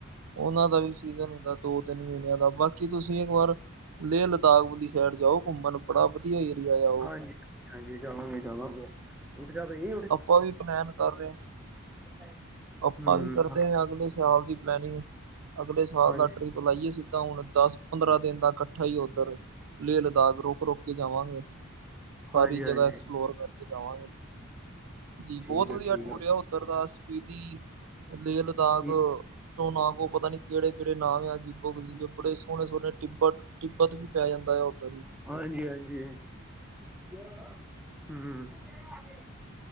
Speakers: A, on the right; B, in the centre.
A: ਓਹਨਾਂ ਦਾ ਵੀ ਸੀਜ਼ਨ ਹੁੰਦਾ ਦੋ-ਤਿੰਨ ਮਹੀਨਿਆਂ ਦਾ। ਬਾਕੀ ਤੁਸੀਂ ਇੱਕ ਵਾਰ ਲੇਹ-ਲਦਾਖ ਵਾਲੀ ਸਾਈਡ ਜਾਓ ਘੁੰਮਣ ਬੜਾ ਵਧੀਆ ਏਰੀਆ ਯਾ, ਓਹ।
B: ਹਾਂਜੀ ਹਾਂਜੀ, ਜਾਵਾਂਗੇ-ਜਾਵਾਂਗੇ ਉੱਠ ਜਾ ਭਈ
A: ਆਪਾਂ ਵੀ ਪਲੈਨ ਕਰ ਰਹੇ ਆਂ।
B: <unintelligible>
A: ਆਪਾਂ ਵੀ ਕਰਦੇ
B: ਹਾਂ
A: ਆਂ, ਅਗਲੇ ਸਾਲ ਦੀ ਪਲੈਨਿੰਗ। ਅਗਲੇ ਸਾਲ
B: ਹਾਂਜੀ,
A: ਦਾ ਟ੍ਰੀੱਪ ਲਾਈਏ ਸਿੱਧਾ ਹੁਣ, ਦਸ-ਪੰਦਰਾਂ ਦਿਨ ਦਾ ਕੱਠਾ ਈ ਓਧਰ। ਲੇਹ-ਲਦਾਖ ਰੋਕ-ਰੋਕਕੇ ਜਾਵਾਂਗੇ, ਸਾਰੀ
B: ਹਾਂਜੀ,
A: ਜਗ੍ਹਾ
B: ਹਾਂਜੀ,
A: ਐਕਸਪਲੋਰ ਕਰਕੇ ਜਾਵਾਂਗੇ। ਜੀ, ਬਹੁਤ
B: ਹਾਂਜੀ
A: ਵਧੀਆ
B: ਠੀਕ
A: ਟੂਰ
B: ਐ,
A: ਆ ਓਧਰ ਦਾ ਸ੍ਪੀਤੀ, ਲੇਹ-ਲਦਾਖ।
B: ਠੀਕ ਐ।
A: ਮੈਂਨੂੰ ਨਾਂ ਕੋ ਪਤਾ ਨੀ, ਕਿਹੜੇ-ਕਿਹੜੇ ਨਾਮ ਆ, ਅਜੀਬੋ-ਗਰੀਬ, ਬੜੇ ਸੋਣੇ-ਸੋਣੇ ਟਿੱਬਤ। ਤਿੱਬਤ ਵੀ ਪੈ ਜਾਂਦਾ ਯਾ, ਉੱਧਰ।
B: ਹਾਂਜੀ-ਹਾਂਜੀ, ਹੁੰ। <inaudible>